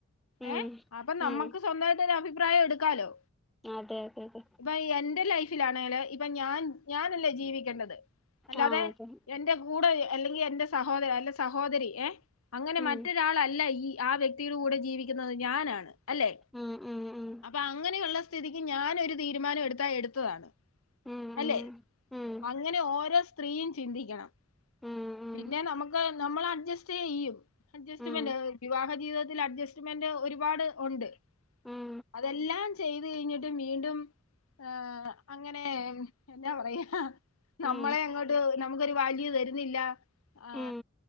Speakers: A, in the centre; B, on the left.
A: ഉം
B: ഏ അപ്പൊ നമ്മുക്ക്
A: ഉം
B: സ്വന്തമായിട്ടൊരു അഭി അഭിപ്രായം എടുക്കാലോ
A: അതെ അതെ അതെ
B: ഇപ്പൊ എന്റെ ലൈഫിലാണെല് ഇപ്പൊ ഞാൻ ഞാനല്ലേ ജീവിക്കേണ്ടത് അല്ലാതെ
A: ആഹ് അതെ
B: എന്റെ കൂടെ അല്ലെങ്കിൽ എന്റെ സഹോദരൻ അല്ല സഹോദരി ഏ അങ്ങനെ
A: ഉം
B: മറ്റൊരാളല്ല ഈ ആ വ്യക്തിയുടെ കൂടെ ജീവിക്കുന്നത് ഞാനാണ് അല്ലെ
A: ഉം ഉം ഉം
B: അപ്പൊ അങ്ങനെയുള്ള സ്ഥിതിക്ക് ഞാനൊര് തീരുമാനം എടുത്താ എടുത്തതാണ്
A: ഉം ഉം
B: അല്ലെ അങ്ങനെ ഓരോ സ്ത്രീയും ചിന്തിക്കണം
A: ഉം ഉം ഉം
B: പിന്നെ നമുക്ക്- നമ്മൾ അഡ്ജസ്റ്റ് ചെയ്യും അഡ്ജസ്റ്റ്
A: ഉം
B: മെന്റ വിവാഹ ജീവിത അഡ്ജസ്റ്റ്മെന്റ് ഒരുപാട് ഉണ്ട്
A: ഉം
B: അതെല്ലാം ചെയ്ത് കഴിഞ്ഞിട്ട് വീണ്ടും- ആ അങ്ങനെ എന്താ പറയാ നമ്മളെ
A: ഉം
B: അങ്ങോട്ട് നമുക്കൊരു വാല്യൂ തര നില്ല ആ
A: ഉം